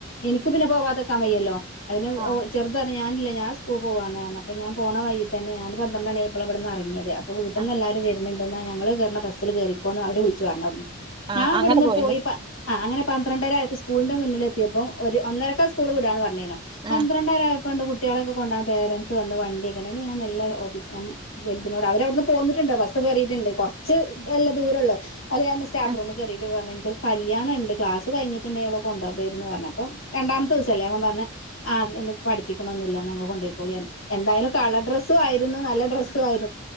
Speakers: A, on the left (about 85°); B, on the right (about 25°).
A: എനിക്ക് പിന്നെ പോവാതിക്കാൻ വയ്യല്ലോ അയ്ന്
B: ആഹ്
A: ഓൾ ചെറുത് പറഞ്ഞ് ഞാനില്ല ഞാൻ സ്കൂള് പോവാന്ന് പറഞ്ഞു അപ്പോ ഞാൻ പോണ വഴി തന്നെ ഞാന് ഒരു പന്ത്രണ്ട് മണി ആയി അപ്പോള ഇവിടുന്ന് അറങ്ങിയത് അപ്പ വീട്ടിന്ന്
B: ആഹ്
A: എല്ലാരും വരുന്നുണ്ടെന്നാ ഞങ്ങള് കേറണ ബസില് കേറിക്കോന്ന് അവര് വിളിച്ചു പറഞ്ഞു അവിടുന്ന്
B: ആഹ്
A: ഞാ ഇവിടുന്ന്
B: അങ്ങനെ പോയില്ലേ
A: പോയി പ ആ അങ്ങനെ പന്ത്രണ്ടരായപ്പോ സ്കൂളിന്റെ മുന്നിലെത്തിയപ്പം ഒരു ഒന്നരക്ക സ്കൂള് വിടാന്ന് പറഞ്ഞേനോ പന്ത്രണ്ടര
B: ആഹ്
A: ആയപ്പോ ഇണ്ട് കുട്ടികളെൊക്കെ കൊണ്ടാൻ പേരന്റ്‌സ് വന്ന് വണ്ടികൊണ്ട് പിന്നെ ഞാൻ മെല്ലെ ഓഫീസ്ചെന്നു വലുതിനോട് അവരവിടുന്ന് പോന്നിട്ടുണ്ട് ബസ്സ് കേയറിയിട്ടുണ്ട് കുറച്ച് എല്ല ദൂരം ഉള്ളു അല്ല ഞാന് സ്റ്റാഫ്റൂമ്
B: ആഹ്
A: കേറിട്ട് പറഞ്ഞ്. ഇൻക്ക് ഒര് കല്യാണണ്ട് ക്ലാസ് കഴിഞ്ഞിട്ട്ണ്ടേൽ ഓളെ കൊണ്ടൊകേയിരുന്നു പറഞ്ഞപ്പോ രണ്ടാമത്തോസല്ലേ അപ്പം പറഞ് ആഹ് ഇന്ന് പഠിപ്പിക്കണൊന്നില്ലന്ന് അങ്ങ് കൊണ്ടോയിക്കോളി എന്തായാലും കളർ ഡ്രസ്സും ആയിരുന്നു നല്ല ഡ്രസ്സു ആയിരുന്നു